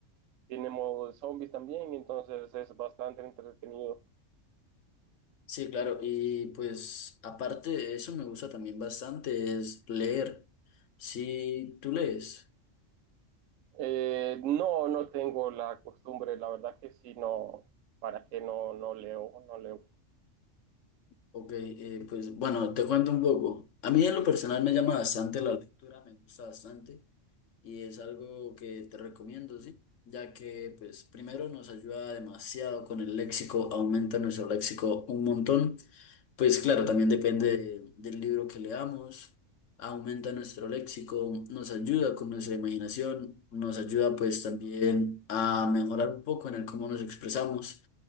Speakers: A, on the right; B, on the left.
A: tiene modo de zombies también, entonces es bastante entretenido.
B: Sí, claro. Y pues, aparte de eso, me gusta también bastante es leer. Si tú lees.
A: Eh, no, no tengo la costumbre, la verdad que sí, no, para qué no, no leo, no leo.
B: Ok, eh, pues bueno, te cuento un poco. A mí en lo personal me llama bastante la lectura, me gusta bastante y es algo que te recomiendo, ¿sí? Ya que, pues, primero nos ayuda demasiado con el léxico, aumenta nuestro léxico un montón. Pues claro, también depende de- del libro que leamos, aumenta nuestro léxico, nos ayuda con nuestra imaginación, nos ayuda pues también a mejorar un poco en el cómo nos expresamos,